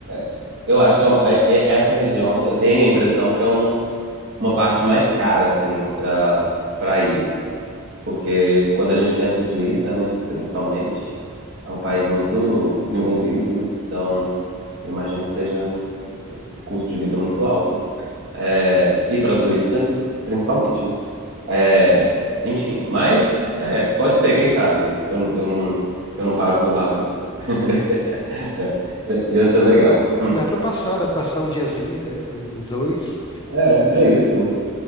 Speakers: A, on the right (about 55°); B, on the left (about 20°).
A: é. Eu acho que é uma- é- é- essa região, eu tenho a impressão que é um- uma parte mais cara, assim, para para ir. Porque quando a gente pensa em Suíça, né, principalmente, é um país muito desenvolvido, né? Então, eu imagino que seja. um custo de vida muito alto. É, e para turista, principalmente, né? É, enfim, mas é, pode ser, quem sabe? Eu, eu não, eu não paro por lá também. <laughs> É, ia ser legal.
B: Dá para passar, dá pra passar um diazinho, né? Um, um, dois.
A: É, é isso.